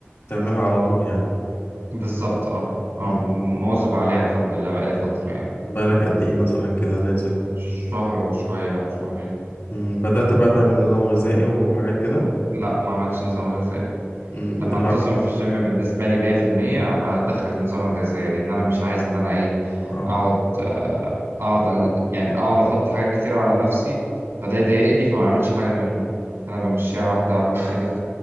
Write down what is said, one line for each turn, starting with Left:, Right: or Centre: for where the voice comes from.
Left: تعملها على طول يعني
Right: بالظبط اه اه
Left: مم.
Right: ومواظب عليها الحمد لله بقالي فترة يعني
Left: بقالك قد ايه مثلا كده نازل
Right: شهر وشوية أو شهرين
Left: مم. بدأت بقى تعمل نظام غذائي وحاجات كده
Right: لا ما عملتش نظام غذائي
Left: مم.
Right: لما
Left: بتلعب
Right: انتظم في الجيم بالنسبة لي 100% هبقى أدخل نظام غذائي لأن أنا مش عايز إن أنا إيه
Left: اه
Right: أقعد آه، أقعد ال- يعني أقعد أحط حاجات كتير على نفسي فده يضايقني فما أعملش حاجة منهم أنا بمشيها واحدة واحدة كده